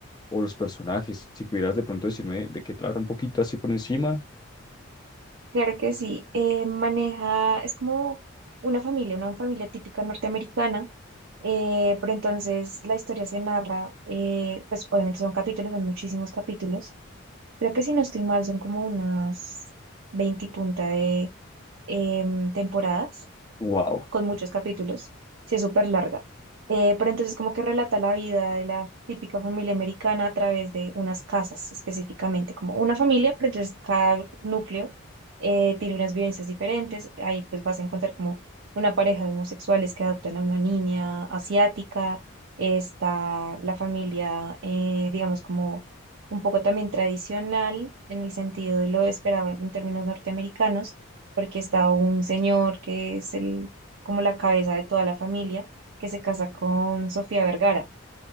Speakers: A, on the left; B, on the right.
A: o los personajes. Si pudieras de pronto decirme de qué trata un poquito así por encima.
B: Claro que sí. Eh, maneja, es como una familia, una familia típica norteamericana Eh, pero entonces la historia se narra, eh, pues obviamente son capítulos, son muchísimos capítulos. Creo que si no estoy mal, son como unas 20 y punta de em, temporadas
A: Wow.
B: con muchos capítulos, sí es súper larga. Eh, pero entonces como que relata la vida de la típica familia americana a través de unas casas específicamente, como una familia, pero entonces cada núcleo eh, tiene unas vivencias diferentes. Ahí pues vas a encontrar como una pareja de homosexuales que adoptan a una niña asiática, está la familia, eh, digamos, como un poco también tradicional en el sentido de lo esperado en términos norteamericanos, porque está un señor que es el como la cabeza de toda la familia, que se casa con Sofía Vergara